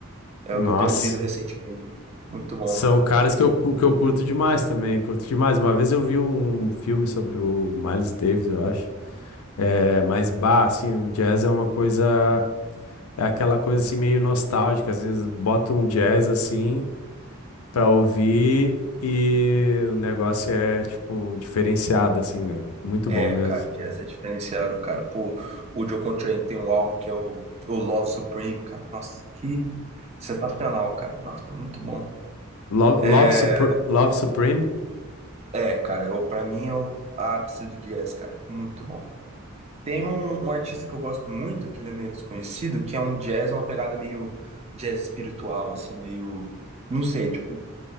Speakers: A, on the right; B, on the left.
A: é
B: Nossa.
A: o que eu tenho ouvido recentemente. Muito bom,
B: São
A: muito
B: caras
A: bom.
B: que eu, cu- que eu curto demais também. Curto demais. Uma vez eu vi um filme sobre o Miles Davis, eu acho. É, mas, bah, assim, o jazz é uma coisa. É aquela coisa assim meio nostálgica. Às vezes bota um jazz assim. pra ouvir e o negócio é, tipo, diferenciado, assim, né? Muito
A: É,
B: bom mesmo.
A: cara, jazz é diferenciado, cara. Pô, o Joe Contrain tem um álbum que é o, o Love Supreme, cara. Nossa, que sensacional, cara. Nossa, é muito bom.
B: Love,
A: É,
B: Love, Supre- Love Supreme?
A: É, cara, eu, pra mim é o ápice do jazz, cara. Muito bom. Tem um, um artista que eu gosto muito, que ele é menos conhecido, que é um jazz, uma pegada meio jazz espiritual, assim, meio. Não sei, tipo.